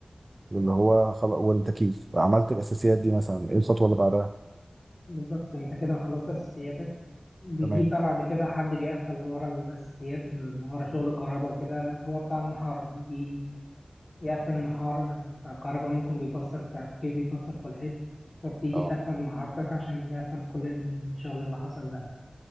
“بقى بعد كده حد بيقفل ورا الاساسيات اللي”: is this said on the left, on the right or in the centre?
Left